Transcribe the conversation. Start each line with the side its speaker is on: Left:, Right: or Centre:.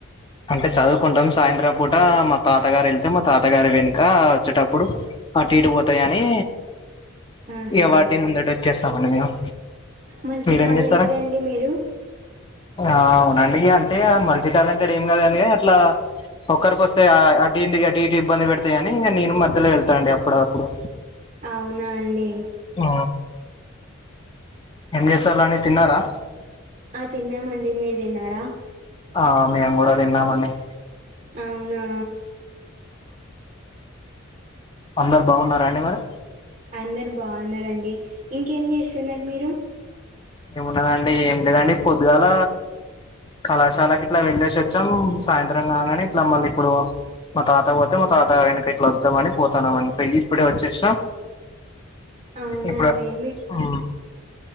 Left: అంటే చదువుకుంటాం సాయంత్రం పూట మా తాతగారు వెళ్తే మా తాతగారి వెనుక వచ్చేటప్పుడు అటు ఇటు పోతా అని
Right: ఆహా
Left: ఇక వాటి ముందటి వచ్చేస్తామండి మేము
Right: మల్టీ
Left: మీరేం
Right: టాలెంటెడ్
Left: చేస్తారా
Right: అండి మీరు
Left: ఆ అవునండి అంటే మల్టీ టాలెంటెడ్ ఏం కద అని అట్లా ఒక్కరికిొస్తే అటు ఇంటి అటు ఇంటి ఇబ్బంది పెడతేాయి కాని నేను మధ్యలో వెళ్తానండి అప్పుడు అప్పుడు
Right: అవునా అండి
Left: ఆ ఎం దసర్లునే తిన్నారా
Right: ఆ తిన్నామండి మీరు తిన్నారా
Left: ఆ మేము కూడా తిన్నామని డి
Right: అవునా
Left: ఆఅందరు బాగున్నారా అడి మరి
Right: అందరు బాగున్నండి ఇంకేం చేస్తున్నారు మీరు
Left: ఏముండదండి ఏమి లేదండి పొద్దుగాల కళాశాలకి ఇట్లా వెళ్ళేసిొచ్చాం సాయంత్రం కాగానే ఇట్లా మళ్ళీ ఇప్పుడు మా తాత పోతే మా తాత ఆయనకి ఇట్లా వద్దాం అని పోతాన్నాం అని ఇప్పుడే వచ్చ శ మా
Right: అవునా
Left: ఇప్పుడు
Right: అండి మీ
Left: ఉ